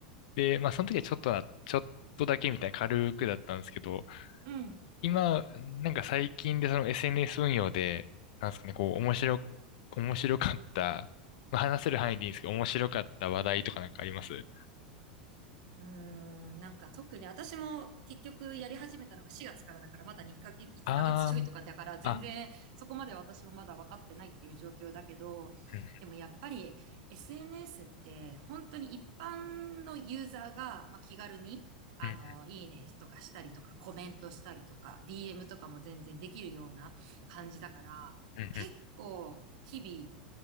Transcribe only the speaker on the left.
で、まあその時はちょっとな、ちょっとだけみたいな軽くだったんですけど、
今、なんか最近でその SNS 運用で、なんですかね、こう、面白、面白かった、まあ話せる範囲でいいんですけど、面白かった話題とかなんかあります
あー、あ、うん、
うん、
うん、